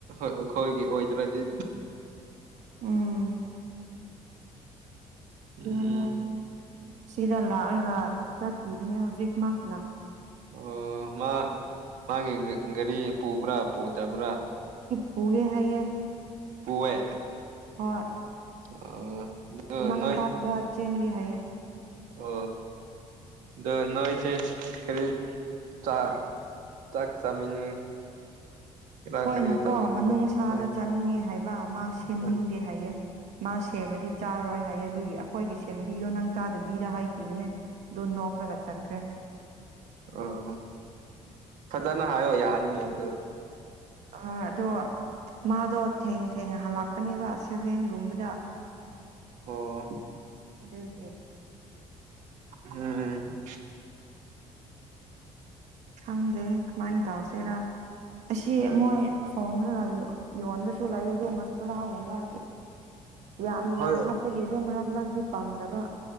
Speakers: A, on the right; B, on the right.
A: ꯑꯩꯈꯣꯏꯒꯤ ꯑꯣꯏꯗ꯭ꯔꯗꯤ
B: ꯎꯝ
A: ꯎꯝ
B: ꯅ ꯁꯤꯗꯥ ꯂꯜ ꯔꯥ ꯆꯠꯀꯤꯅꯦ ꯍꯧꯖꯤꯛ ꯃꯥꯅ
A: ꯑꯣ ꯃꯥ ꯃꯥꯒꯤ ꯒꯥꯔꯤ ꯄꯨꯕ꯭ꯔꯥ ꯄꯨꯗꯕ꯭ꯔꯥ
B: ꯄꯒꯦ ꯍꯥꯏꯌꯦꯌꯦ
A: ꯍꯋꯦ
B: ꯍꯣꯏ
A: ꯑꯣ ꯑꯗꯨ
B: ꯀꯃ ꯂꯝ
A: ꯅꯣꯏ
B: ꯑꯃ ꯄꯒꯗ ꯆ ꯆꯩꯒꯦ ꯍꯥꯏꯌꯦ
A: ꯑꯣ ꯑꯗꯨ ꯅ ꯆ ꯀꯔꯤ ꯆ ꯇꯥꯛ ꯆꯥꯃꯤꯟ ꯀꯔꯥ
B: ꯍꯣꯏꯅꯀꯣ
A: ꯀꯔꯤ ꯇꯧꯒꯅꯤ
B: ꯃꯅꯨꯡꯁꯥꯗ
A: ꯍꯣꯏ
B: ꯆꯥꯅꯤꯡꯉꯦ ꯍꯥꯏꯕ ꯃꯥ ꯁꯦꯝꯅꯤꯡꯗꯦ
A: ꯍꯣꯏ
B: ꯍꯥꯏꯌꯦꯦ ꯃꯥ ꯁꯦꯝꯃꯗꯤ ꯆꯥꯔꯣꯏ ꯍꯥꯏ ꯑꯗꯨꯒꯤ ꯑꯩꯈꯣꯏꯒꯤ ꯁꯦꯝꯕꯤꯌꯣ ꯅꯪ ꯆꯥꯗꯕꯤꯔ ꯍꯥꯏ ꯅꯦ ꯗꯣ ꯅꯧꯀ꯭ꯔꯒ ꯆꯠꯈ꯭ꯔꯦ
A: ꯑ ꯐꯖꯔꯅ ꯍꯥꯏꯣ ꯌꯥꯅꯤꯗ
B: ꯑ ꯑꯗꯣ ꯃꯥꯗꯣ ꯊꯦꯡ ꯊꯦꯡꯉ ꯍꯜꯂꯛꯄꯅꯦꯕ ꯁꯦꯚꯦꯟꯒꯨꯝꯕꯗ
A: ꯑꯣ
B: ꯏꯗꯦ
A: ꯎꯝ
B: ꯈꯪꯗꯦ ꯀꯃꯥꯏꯅ ꯇꯧꯁꯤꯦꯔꯥ ꯑꯁꯤ
A: ꯎꯝ
B: ꯃꯣꯏ ꯊꯣꯡ ꯑꯣꯟꯁꯨꯨꯂ ꯑꯦꯗ ꯃꯁꯗꯒꯃ ꯃ ꯌꯥꯝ
A: ꯍꯣꯏ
B: ꯌꯥꯝ ꯍꯥꯞꯄꯒꯤ ꯑꯗꯣ ꯃꯔꯛ ꯅꯅꯥꯛꯇꯗꯤ ꯄꯥꯝꯗꯕ